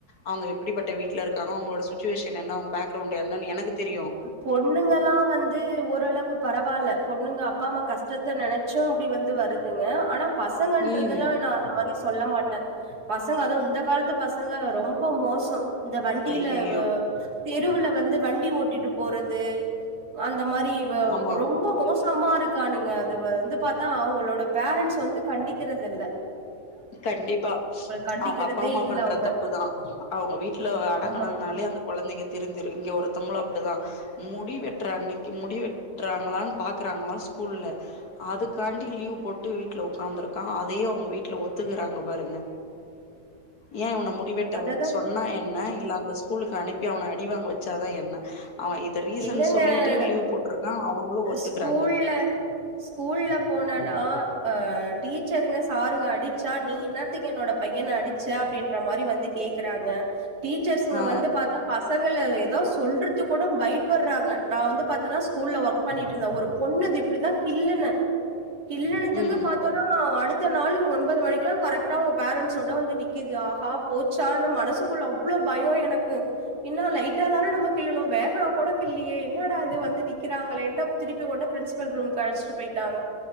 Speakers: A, on the left; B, on the right.
A: அவங்க எப்டிப்பட்ட வீட்ல இருக்காங்க அவங்ளோட சுச்சுவேஷன் என்ன அவங்க பேக்ரவுண்ட் என்னன்னு எனக்கு தெரியூ
B: பொண்ணுங்கலா வந்து ஓரளவு பரவால்ல பொண்ணுங்க அப்பாமா கஷ்டத்த நென ச்சு அப்டி வந்து வருதுங்க ஆனா பசங்கன்றதுலா
A: ம்
B: நா அந்த மாரி சொல்ல மாட்ட பசங்க அது இந்த காலத்து பசங்க ரொம் ப மோசோ இந்த வண்டியில
A: ஐயயோ
B: வ தெருவுல வந்து வண்டி ஓட்டிட்டு போறது அந்த மாரி வவ்
A: ஆமா
B: ரொம்ப மோஸ் சமா இருக்கானுங்க அது வந்து பாத்தா அவங்களோட பேரண்ட்ஸ் வந்து கண்டிக்கிறதில்ல
A: கண்டிப்பா
B: கண்டிக்கிறதே
A: அவங்க அப்பாம்மா
B: இல்ல
A: பண்ற
B: அவங்க
A: தப்புதா அவங்க வீட்லவ் அடக்குனாங்கனாலே
B: ஆமா
A: அந்த கொழந்தைங்க திருந்திரு இங்க ஒருத்தங்ளு அப்டிதா முடி வெட்ற அன்னைக்கி முடி வெட்றாங்ளான் பாக்குறாங்களா ஸ்கூல்ல அதுக்காண்டி லீவு போட்டு வீட்ல உக்காந்துருக்கா அதையு அவங்க வீட்ல ஒத்துக்குறாங்க பாருங்க ஏ அவன முடிவெட்ட
B: அததா
A: சொன்னா என்ன இல்ல அந்தஸ் கூலுக்கு அனுப்பி அவன அடிவாங்க வச்சாதா என்ன அவ இ ந்த ரீசன்
B: எங்கங்க
A: சொல்லிட்டு லீவு போட்ருக்கா அவங்களு ஒத்துக்றாங்க
B: ஸ்கூல்ல ஸ்கூல்ல போனனா அஹ் டீச்சருங்க சாருங்க அடிச்சா நீ என்னாத்துக்கு என்னோட பையன அடி ச அப்டின்ற மாரி வந்து கேக்குறாங்க டீச்சர்ஸ்ங்க
A: ஆ
B: வந்து பாத்தா பசங்கள எதா சொல்றத்துக்கூட பயப் புட்றாங்க நா வந்து பாத்தனா ஸ்கூல்ல ஒர்க் பண்ணிட்ருந்த ஒரு பொண்ணுது இப்டிதா கில்லுன கில்லுனதுக்கு
A: ம்
B: பாத்தோன் னா அடுத்த நாளு ஒன்பது மணிக்லா கரெக்டா அவங்க பேரண்ட்ஸோட வந்து நிக்குது ஆஹா போச்சானு மனசுக்குள்ள அவ்ளோ பயொ எனக்கு இன்னா லைட்டா தான நம்ம கில்லுனோ வேகவா கூட இல்லையே என்னாடா இது வந்து நிக்கிறாங்களேன்டு அப் திருப்பி உடனே பிரின்சிபல் ரூம்க்கு அழச்ட்டு பொயிட்டாங்க